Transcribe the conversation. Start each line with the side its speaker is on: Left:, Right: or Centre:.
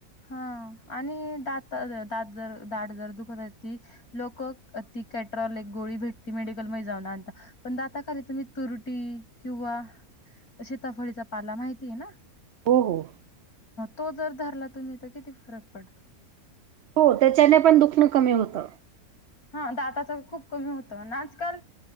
Left: हा आणि दात, दात जर दाड जर दुखत ती लोक ती कॅट्रॉल एक गोळी भेटती मेडिकल मध्ये जाऊन आणता पण दाताखाली तुम्ही तुरटी किंवा शीताफळीचा पाला माहितीय ना
Right: हो हो.
Left: तो जर धरला तुम्ही तर किती फरक पडतो
Right: हो त्याच्याने पण दुखणं कमी होतं.
Left: हा दाताच खूप कमी होतं आणि आजकाल